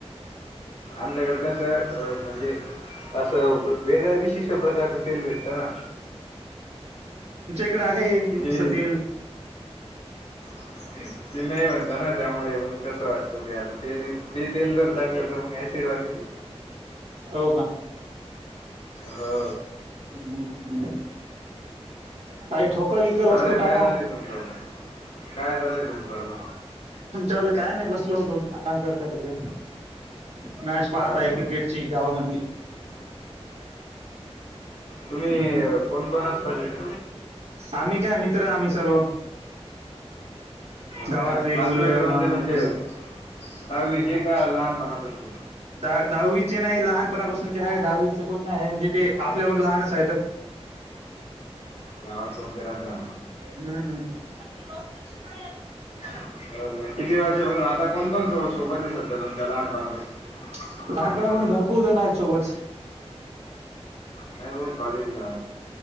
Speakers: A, on the left (about 70°); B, on the right (about 70°).
A: आमच्याकडे कस म्हणजे? चव वेगळ्या विशिष्ट प्रकारचं तेल भेटत ना.
B: तिकडं आहे
A: ते
B: असं तेल
A: हम् ते नाही म्हणतं ना त्यामुळे मग कसं वाटतं ते आता ते ते तेल जर टाकलं तर मग एस तेडवणी दे
B: हो का?
A: हो
B: <unintelligible> काही ठोकर-विकर
A: जाऊ
B: वस्तू
A: द्या काय
B: टाका
A: झालंय तुमचं? काय चाललंय तुमचं?
B: तुमच्या वला काय नाही बसलो होतो आराम करताय सध्या मॅच पाहत
A: हो
B: आहे
A: का
B: क्रिकेटची गावामधली.
A: तुम्ही
B: हं, हं.
A: अ कोण कोण असता तिथे
B: आम्ही काय मित्र आम्ही सर्व
A: हो
B: गावातली
A: काय क्लासमेट
B: मुलं
A: कोण
B: हां
A: ते तुमचे
B: मित्र.
A: दहावीचे
B: हम्म.
A: का लहानपणापासे
B: दहा दहावीचे नाही लहानपणापासूनचे आहे दहावीचे कोण नाही आहे म्हणजे ते आपल्याहून लहानच आहेत.
A: गावात फोन करा त्या
B: हं. <unintelligible>
A: हो काय किती वर्ष म्हणू आता कोण कोण सो सोबत आहे सध्या तुमच्या लहानपणापासून
B: लहानपणापासून
A: ते मित्र
B: भरपूर जण आहेत सोबत.
A: नाही हो कॉलेज ला